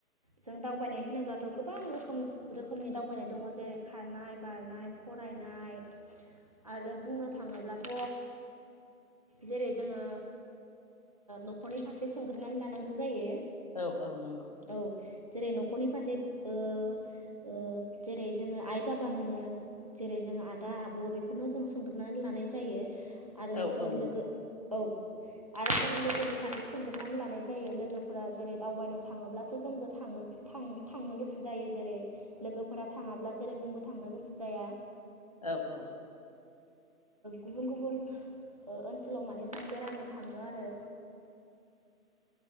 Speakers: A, on the right (about 25°); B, on the left (about 25°).
A: जों दावबायनाय होनोब्लाथ गोबां रोखोम रोखोमनि दावबायनाय दंङ जेरै खारनाय बारनाय फरायनाय आरो बुंनो थाङोब्लाथ जेरै जोंङो नखरनि फारसे सोंग्रोनानै लानांगौ जायो
B: औ औ नंगौ
A: औ जेरै नखरनि फारसे ओ ओ जेरै जोंङो आइ बाबा होनो जेरै जोङो आदा आब बेफोरनाव जों सोंग्रोनानै लानाय जायो आरो
B: औ
A: जोंङो
B: औ नंगौ
A: लोगो औ आरो जों लोगोनि फारसे सोंग्रोबनानै लानाय जायो लोगोफोरा जेरै दावबायनो थाङोब्लासो जोंबो थाङो थांनो गोसो जायो जेरै लोगोफोरा थाङाब्ला जेरै जोंबो थांनो गोसो जाया
B: औ औ
A: गुबुन गुबुन ओनसोलाव माने जों बेरायनो थाङो आरो